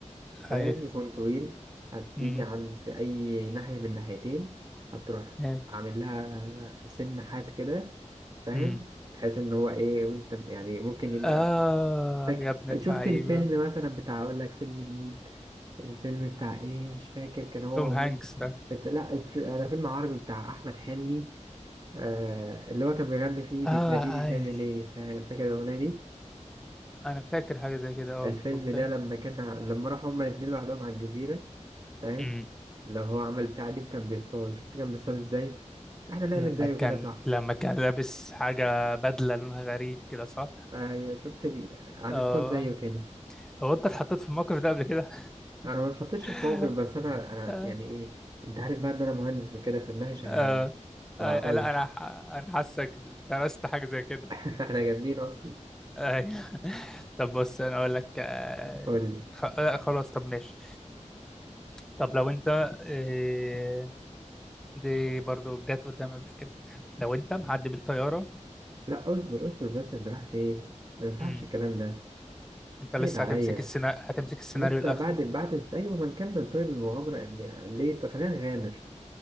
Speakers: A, on the right; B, in the centre.
A: فاهم
B: اي
A: يكون طويل هتيجي
B: امم
A: عند اي ناحية من ناحيتين هتروح
B: إيه.
A: عامل لها سن حاد كده فاهم
B: امم
A: بحيث ان هو ايه وانت يعني ممكن يبقى
B: اه
A: فاكر
B: يا ابن اللعيبه
A: شفت الفيلم مثلا بتاع اقول لك فيلم مين الفيلم بتاع ايه مش فاكر كان هو
B: توم
A: ومين
B: هانكس ده
A: بت... لا الف... انا فيلم عربي بتاع احمد حلمي آه... اللي هو كان بيغني فيه
B: اه
A: بتناديني
B: اي
A: تاني ليه فا- فاكر الاغنيه دي
B: انا فاكر حاجه زي كده اه
A: الفيلم
B: بلطيء
A: ده لما كان ع- لما راحوا هما الاتنين لوحدهم على الجزيره فاهم
B: امم
A: لو هو عمل بتاع دي كان بيصطاد شفت كان بيصطاد ازاي احنا نعمل
B: لما
A: زيه
B: كان
A: كده صح
B: لما كان لابس حاجه بدله لونها غريب كده صح
A: ايوه شفت ال... هنصطاد
B: اه
A: زيه كده
B: هو انت اتحطيت في الموقف ده قبل كده
A: انا ما اتحطيتش في
B: <laughs>
A: موقف بس انا انا
B: آه.
A: يعني ايه انت عارف بقى ان انا مهندس وكده فدماغي شغاله
B: آه.
A: يعني،
B: آه.
A: ما بعطلش
B: لا انا ح- انا حاسك درست حاجه زي كده
A: <laughs> احنا جامدين اصلا
B: أي. <laughs> طب بص انا اقول لك آه،
A: قول لي
B: خ- آه، خلاص طب ماشي طب لو انت آه، دي برضو جت قدام قبل كده لو انت معدي بالطياره
A: لا اصبر اصبر بس انت رايح فين ما ينفعش
B: امم
A: الكلام ده
B: انت لسه
A: اهد عليا
B: هتمسك السينا... هتمسك السيناريو
A: لسه
B: الاخره
A: بعد بعد ايوه ما نكمل طيب المغامره ان ليه طب خلينا نغامر